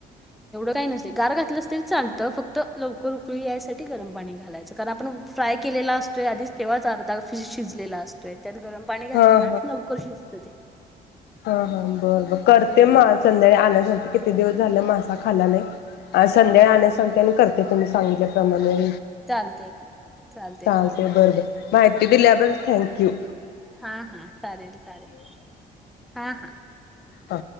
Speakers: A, in the centre; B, on the left.
A: काय नसतंय गार घातलंस तरी चालतं, फक्त लवकर उकळी यासाठी गरम पाणी घालायचं. कारण आपण फ्राय केलेला असतोय आधीच तेंव्हाच अर्धा फिश शिजलेला असतोय. त्यात गरम पाणी घातलं
B: हा हा
A: ना लवकर शिजतं ते
B: हा हा बर बर करते
A: हम्म
B: म, आज संध्याळी आणाय सांगते कि किती दिवस झालं मासा खाल्ला नाही, आज संध्याळी आणाय सांगते आणि करते तुम्ही सांगितल्या प्रमाणे.
A: चालतंय की चालतंय
B: चालते,
A: चालतंय
B: बर बर. माहिती दिल्याबल थँक्यू.
A: हा हा चालेल चालेेल, हा हा.
B: अ